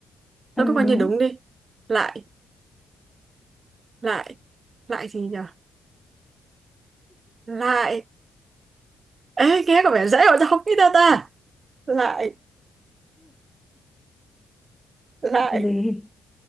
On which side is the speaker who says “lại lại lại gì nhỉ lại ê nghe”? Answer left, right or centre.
Right